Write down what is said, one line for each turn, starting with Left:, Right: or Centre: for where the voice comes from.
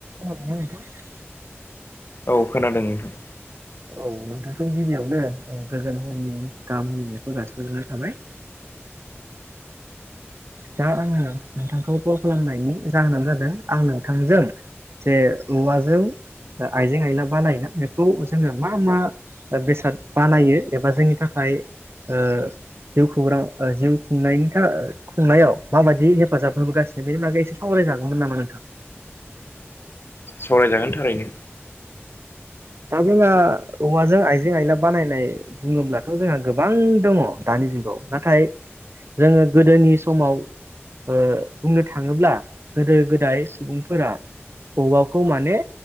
Right: औ नोंथां <inaudible>
Left: औ खोनादों नोंथां
Right: औ नोंथां गिबियावनो गोजोन फुंबिलिनि गाहाम हामनायखौ जासिहरनाय थाबाय दा आङो नोंथांखौ कल खालामनायनि जाहोनानो जादों आं नोंथांजों जे औवाजों आइजें आइला बानायनायना बेखौ जोङो मा मा बेसाद बानायो एबा जोंनि थाखाय ओ जिउ खौरां जिउ खुंनायनि था खुंनायाव माबायदि हेफाजाब होबोगासिनो बेनि बागै एसे सावराय जागौमोन नामा नोंथां?
Left: सावराय जागोन थारैनो
Right: दा जोंहा औवाजों आइजें आइला बानायनाय बुङोब्लाथ' जोंहा गोबां दङ दानि जुगाव नाथाय जोङो गोदोनि समाव ओ बुंनो थाङोब्ला गोदो गोदाय सुबुंफोरा औवाखौ माने